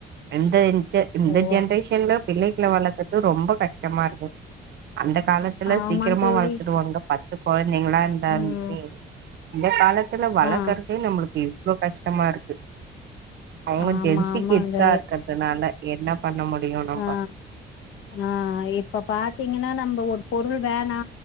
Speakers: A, on the right; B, on the left.
A: எந்த இன் ஜ இந்த
B: ஓ
A: ஜென்ரேஷன்ல
B: அப்-
A: பிள்ளைகள வளக்குறது ரொம்ப கஷ்டமா இருக்கு அந்த காலத் துல்ல
B: ஆமா
A: சீக்கிரமா
B: தோழி
A: வளத்துடுவாங்க பத்து கொழந்தைங்களா இருந்தாந்மே
B: ம்
A: இந்த காலத்துல வளக்கறதே
B: ஆ
A: நம்மளுக்கு இவ்ளோ கஷ்டமா இருக்கு அவுங்க
B: ஆமா
A: ஜென்சி
B: ஆமாங்க
A: கிட்ஸ் ஆ இருக்கிறதுனால என்ன பண்ண முடியு நம்ப
B: ஆ ஆ இப்ப பாத்தீங்கன்னா நம்ம ஒரு பொருள் வேணா